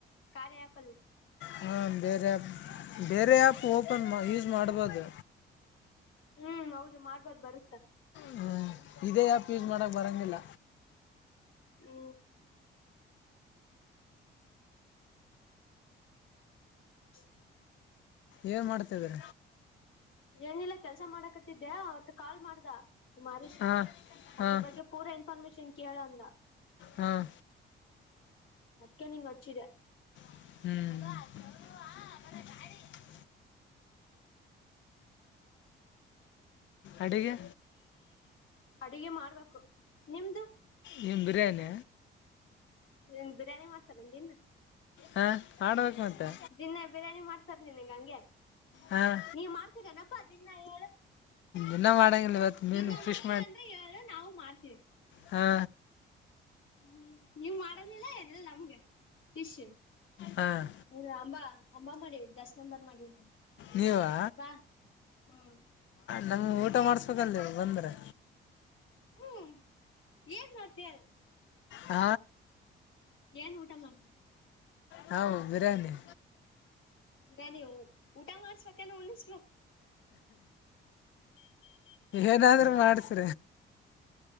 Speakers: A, on the left; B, on the left.
A: ಕಾರ್ಯ ಹ್ಯಾಪಲ್ಲಿ
B: ಹಾ ಬೇರೆ ಬೇರೆ ಆ್ಯಪ್ ಓಪನ್ ಯೂಸ್ ಮಾಡ್ಬೋದು
A: ಹ್ಮ್ ಹೌದು ಮಾಡ್ಬೋದು ಬರುತ್ತಾ
B: ಹ್ಮ್ ಇದೇ ಯಾಪ್ ಯೂಸ್ ಮಾಡಕ್ ಬರಂಗಿಲ್ಲ
A: ಹ್ಮ್ ಚಾಕ್
B: ಏನ್ ಮಾಡ್ತಿದ್ರ
A: ಏನಿಲ್ಲ ಕೆಲ್ಸ ಮಾಡಕತ್ತಿದ್ದ್ಯಅವತ್ತು ಕಾಲ್ ಮಾಡ್ದ ನಿರೀಷ
B: ಹಾಂ ಹಾಂ
A: ಅದ್ರ ಬಗ್ಗೆ ಪೂರಾ ಇನ್ಫಾರ್ಮೇಶನ್ ಕೇಳಂದ
B: ಹಾಂ
A: ಅದ್ಕ ನಿಂಗ ಹಚ್ಚಿದೆ
B: ಹ್ಮ್ ಅಗೆ
A: ಅಡಗೆ ಮಾಡಾರ್ಬೇಕು ನಿಮ್ದು
B: ನೀನು ಬಿರಿಯಾನಿ
A: ಇನ್ ಬಿರಿಯಾನಿ ಮಾಡ್ತಾರ ನಿನ್
B: ಹಾಂ ಮಾಡ್ಬೇಕು ಮತ್ತೆ
A: ದಿನ ಬಿರಿಯಾನಿ ಮಾಡ್ಸದ ನೀ ನಿಂಗ ಹಂಗೆ
B: ಹಾಂ
A: ನೀವ ಮಾಡ್ತರೇನಪ್ಪಾ ದನ್ನ ಹೇಳ
B: ಇನ್ನೂ ಮಾಡೋಂಗಿಲ್ಲ ಇವತ್ತು ಮೀನು
A: ಇದನ್ನ
B: ಫಿಶ್
A: ಮಾಡ್ತೀರಂದ್ರೆ ಹೇಳ್ದ ನಾವು ಮಾಡ್ತೀವಿ
B: ಹಾ
A: ಹ್ಮ್ ನೀವ್ ಮಾಡದಿಲ್ಲ ಎದೆಲ್ಲ ನಮ್ಗೆ ಫಿಶ್
B: ಹಾಂ
A: ಹ ಅಂಬಾ ಅಂಬಾ ಮಾಡೀವ ದಸ್ ನಂಬರ್ ಮಾಡೀವ ನ
B: ನೀವಾ
A: ಬಾ ಹ್ಮ್
B: ನಮ್ಗೆ ಊಟ ಮಾಡ್ಸ್ಬೇಕಲ್ ಬಂದ್ರೆ
A: ಹ್ಮ್ ಏನ್ ಮಾಡ್ತ
B: ಹ
A: ಏನ್ ಊಟ ಮಾಡ್ತೀ
B: ಹಾ ಬಿರಯಾನಿ
A: ಹ ನೀವು ಊಟ ಮಾಡಸ್ಬೇಕ ಉಣಿಸ
B: ಏನಾದ್ರೂ ಮಾಡ್ಸ್